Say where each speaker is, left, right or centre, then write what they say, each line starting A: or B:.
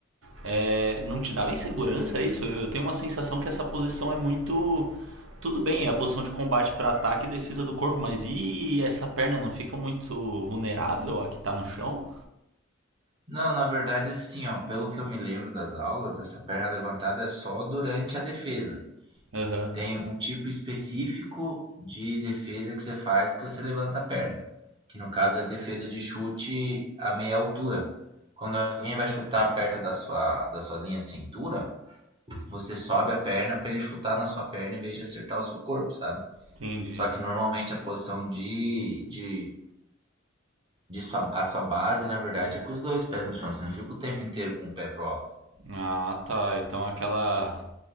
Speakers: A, on the right; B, on the right.
A: é, não te dava insegurança isso? Eu tenho uma sensação que essa posição é muito. Tudo bem, é a posição de combate para ataque e defesa do corpo, mas e essa perna não fica muito vulnerável a que tá no chão?
B: Não, na verdade, assim, ó, pelo que eu me lembro das aulas, essa perna levantada é só durante a defesa.
A: Aham,
B: Tem um tipo específico de defesa que você faz que você levanta a perna, que no caso é a defesa de chute a meia altura. Quando alguém vai chutar perto da sua, da sua linha de cintura, Você sobe a perna para ele chutar na sua perna em vez de acertar o seu corpo, sabe?
A: entendi.
B: Só que normalmente a posição de, de, de sua, a sua base, na verdade, é com os dois pés no chão. Você não fica o tempo inteiro com o pé pro alto.
A: Ah, tá. Então aquela